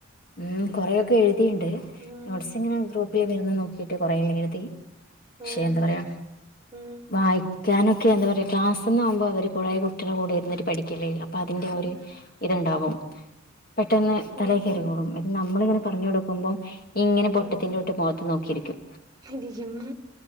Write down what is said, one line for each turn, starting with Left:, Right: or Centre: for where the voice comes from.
Left: ഉം കൊറെയൊക്കെ- എഴുതിയുണ്ട്.
Right: ഉം
Left: നോട്സ് ഇങ്ങനെ- ഗ്രൂപ്പില് വരുന്ന നോക്കിട്ട് കൊറെല്ലാം എഴുതി. ക്ഷെ
Right: ഓ
Left: എന്താപറയാ-
Right: ഉം
Left: വായിക്കാനൊക്കെ, എന്താ പറയാ ക്ലാസ്ന്ന്- ആകുമ്പോ അവ കുട്ടകളുടെ- കൂടെ ഇുന്നിട്ട് പഠിക്കില്ലേ അഅപ്പോ അതിന്റെ ആ,
Right: ഉം
Left: ഒരു- ഇത്ണ്ടാവും പെട്ടെന്ന് തലേ-
Right: ഉം
Left: കറുകളും
Right: ഉം
Left: ഇത് നമ്മളിങ്ങനെ- പറഞ്ഞു കൊടുക്കുമ്പോൾ- ഇങ്ങനെ പൊട്ടത്തിന്റെ
Right: ഓ
Left: തൊട്ട്- മുഖത്ത് നോക്കിരിക്കും.
Right: ഇരിക്കും